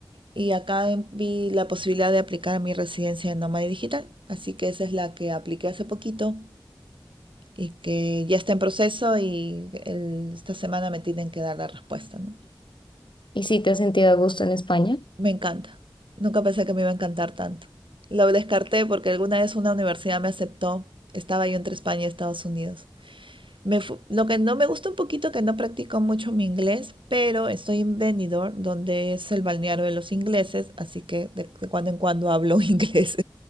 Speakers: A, on the right; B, on the left.
A: y acá en- vi la posibilidad de aplicar a mi residencia de nómada digital. Así que esa es la que apliqué hace poquito. y que ya está en proceso y el- esta semana me tienen que dar la respuesta, ¿no?
B: ¿Y si te has sentido a gusto en España?
A: Me encanta. Nunca pensé que me iba a encantar tanto. Lo descarté porque alguna vez una universidad me aceptó. Estaba yo entre España y Estados Unidos. Me fu- lo que no me gusta un poquito que no practico mucho mi inglés, pero estoy en Benidorm, donde es el balneario de los ingleses, así que de, de cuando en cuando hablo <laughs> inglés.